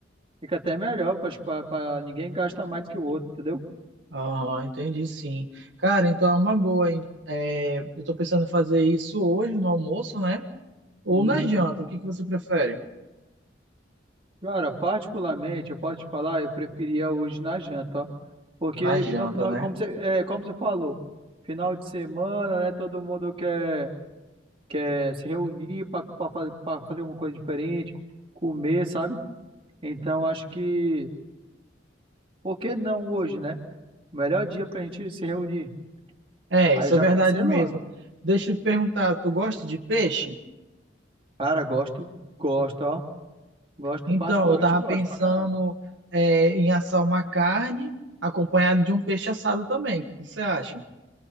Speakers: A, on the right; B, on the right.
A: fica até melhor, pra- acho que para ninguém gasta mais que o outro, entendeu?
B: Aham, entendi sim. Cara, então é uma boa, hein? É, eu tô pensando em fazer isso hoje no almoço, né? Ou
A: Uhum.
B: na janta, o que que você prefere?
A: Cara, particularmente, eu posso te falar, eu preferia hoje na janta, ó. Porque
B: Na janta,
A: no final,
B: né?
A: como você, é, como você falou, final de semana, né? Todo mundo quer. quer se reunir para fazer, para fazer alguma coisa diferente, comer, sabe? Então acho que, por que não hoje, né? O melhor dia pra gente se reunir.
B: É,
A: Aí
B: isso
A: eu já
B: é verdade
A: pensei
B: mesmo.
A: logo.
B: Deixa eu te perguntar, tu gosta de peixe?
A: Cara, gosto, gosto, ó. Gosto,
B: Então,
A: particularmente
B: eu tava
A: gosto
B: pensando,
A: pra caramba.
B: é, em assar uma carne acompanhada de um peixe assado também. O que você acha?